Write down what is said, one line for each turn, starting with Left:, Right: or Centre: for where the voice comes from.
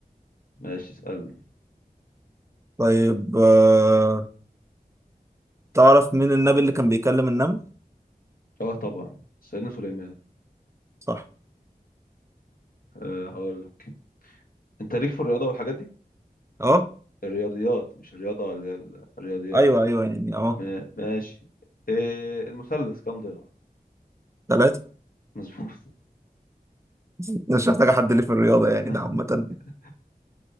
Left: ماشي اسألني
Right: طيب آه، تعرف مين النبي اللي كان بيكلم النمل
Left: اه طبعا سيدنا سليمان
Right: صح
Left: أه هقول لك انت ليك في الرياضة والحاجات دي
Right: اه
Left: الرياضيات مش الرياضة اللي هي ال- الرياضيات
Right: ايوه ايوه يعني اه
Left: ما- ماشي إيه المثلث كام ضلع
Right: ثلاثة
Left: مظبوط
Right: <laughs> مش محتاجة حد ليه في الرياضة يعني
Left: <laughs>
Right: ده عامة